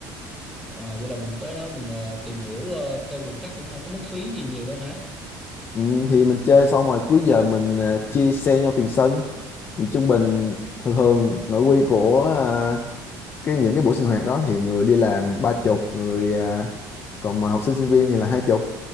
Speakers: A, in the centre; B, on the left.
A: À, vậy là mình tới đó mình ờ, tìm hiểu ờ, thêm được chắc cũng không có mất phí gì nhiều đâu hả
B: ừ, thì mình chơi xong rồi cuối giờ mình à, chia xe nhau tiền sân thì trung bình thường thường nội quy của à, cái những cái buổi sinh hoạt đó thì người đi làm ba chục người à, còn mà học sinh sinh viên thì là hai chục